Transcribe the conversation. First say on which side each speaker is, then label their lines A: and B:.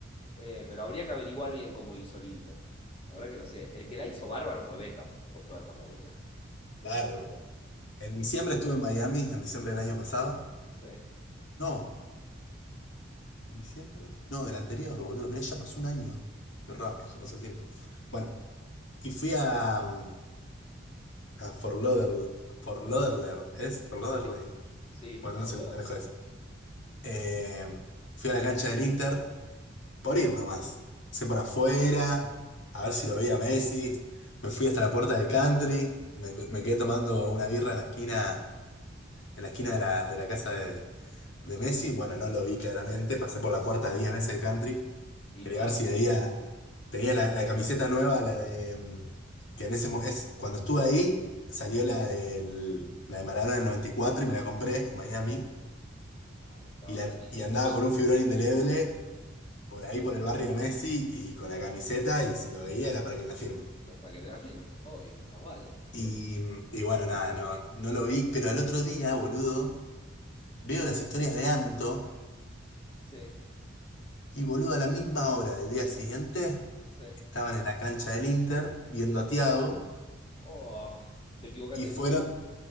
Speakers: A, on the left; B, on the left.
A: Eh, pero habría que averiguar bien cómo hizo el Inter. La verdad que no sé. El que la hizo bárbaro fue Beckham con toda esta movida.
B: Bárbaro. En diciembre estuve en Miami, en diciembre del año pasado.
A: Sí,
B: No, en diciembre. No, del anterior, boludo. Mirá, ya pasó un año. Qué rápido, se pasa el tiempo. Bueno, y fui a, mm, a Fort Lauderdale. Fort Lauderdale, ¿es? Fort Lauderdale.
A: sí, sí,
B: Bueno, no
A: por
B: sé
A: lo
B: cómo carajo
A: de-
B: es. Eh, fui a la cancha del Inter por ir nomás. Sé por afuera, a ver si lo veía Messi. Me fui hasta la puerta del country. Me, me quedé tomando una birra en la esquina, en la esquina de la, de la casa de, de Messi. Bueno, no lo vi claramente. Pasé por la puerta 10 veces del country.
A: Y
B: Quería
A: no,
B: ver si
A: no
B: veía.
A: salió.
B: Tenía la, la camiseta nueva, la de. mm, Que en ese mo- es, cuando estuve ahí, salió la, del, la de Maradona del 94 y cuatro y me la compré en Miami.
A: Claro, estabas
B: Y, la,
A: ahí.
B: y andaba con un figurón indeleble por
A: Sí.
B: ahí, por el barrio de Messi, y con la camiseta, y si lo veía era para que me la firme.
A: Para que te la firme, obvio, más vale.
B: Y, y bueno, nada, no, no lo vi, pero al otro día, boludo, veo las historias de Anto,
A: Sí,
B: y boludo, a la misma hora del día siguiente,
A: sí.
B: estaban en la cancha del Inter, viendo a Thiago,
A: Oh, te equivocaste
B: y fueron,
A: de día.